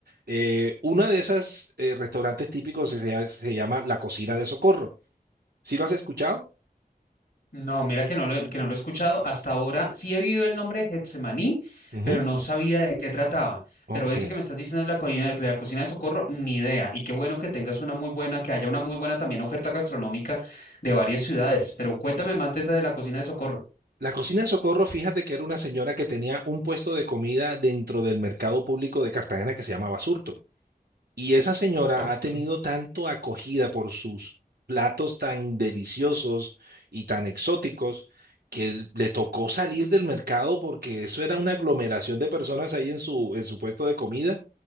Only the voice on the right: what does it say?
Eh, una de esas eh, restaurantes típicos se, se llama La Cocina de Socorro. ¿Sí lo has escuchado?
Ujú.
Ok.
La cocina de Socorro, fíjate que era una señora que tenía un puesto de comida dentro del mercado público de Cartagena que se llamaba Surto. Y esa señora
ha tenido tanto acogida por sus platos tan deliciosos y tan exóticos que l- le tocó salir del mercado porque eso era una aglomeración de personas ahí en su, en su puesto de comida